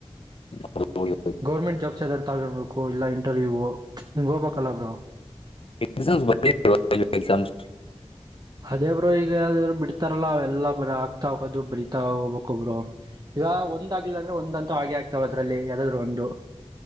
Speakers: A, on the left; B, on the right.
A: ಹ <unintelligible>
B: ಗೌರ್ಮೆಂಟ್ ಜಾಬ್ಸ್ದ ತಗೋಬೇಕು ಇಲ್ಲ ಇಂಟರ್ವ್ಯೂವು ಹಿಂಗ್ ಹೋಗಬೇಕಲ್ಲ ಬ್ರೋ
A: <unintelligible>
B: ಅದೇ ಬ್ರೋ ಈಗ ಯಾವಾದ್ರು ಬಿಡ್ತಾರಲ್ಲ ಅವೆಲ್ಲ ಬರೆ ಆಗ್ತಾ ಹೋಗೋದು ಬರಿತಾ ಹೋಗ್ಬೇಕ ಬ್ರೋ. ಈವಾಗ ಒಂದ ಆಗ್ಲಿಲ್ಲ ಅಂದ್ರೆ ಒಂದಂತೂ ಹಾಗೆ ಆಗ್ತಾವ ಅದ್ರಲ್ಲಿ ಯಾದಾದ್ರು ಒಂದು.